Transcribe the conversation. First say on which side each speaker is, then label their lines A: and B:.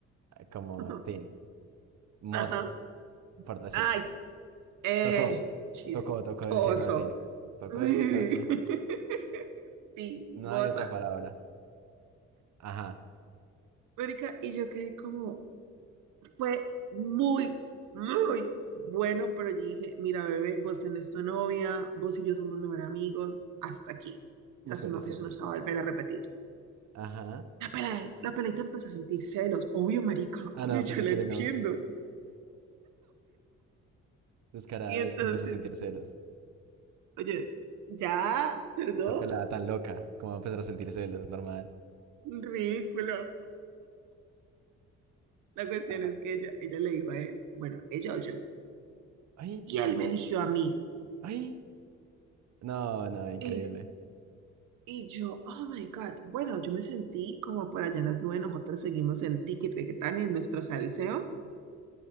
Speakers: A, on the right; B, on the right.
A: como
B: <laughs>
A: teen,
B: ajá,
A: moza, por decirlo.
B: ay, eh,
A: Tocó,
B: chistoso.
A: tocó, tocó decirlo así. Tocó
B: Uy.
A: decirlo así.
B: <laughs> Sí,
A: No
B: moza.
A: hay otra palabra. Ajá.
B: Mónica, y yo quedé como, fue muy, muy bueno, pero dije, mira, bebé, vos tenés tu novia, vos y yo somos mejores amigos, hasta aquí.
A: Mejores
B: O sea, eso no, eso
A: amigos.
B: no se va a volver a repetir.
A: Ajá.
B: La pela, la peladita empezó a sentir celos. Obvio, marica,
A: Ah,
B: obvio,
A: no,
B: yo
A: pues si
B: la
A: quiere
B: entiendo.
A: no. Descarada,
B: Y entonces,
A: es que empezó a sentir celos.
B: oye, ya, perdón,
A: Esa pelada tan loca, como va a empezar a sentir celos, normal.
B: ridículo. La cuestión
A: Ajá.
B: es que ella, ella le dijo a él, bueno, ella o yo.
A: ¡Ay!
B: Y él me eligió a mí.
A: ¡Ay! No, no, increíble.
B: Y, y yo, oh my God. Bueno, yo me sentí como por allá en las nubes, nosotros seguimos en ticket que tan en nuestro salseo,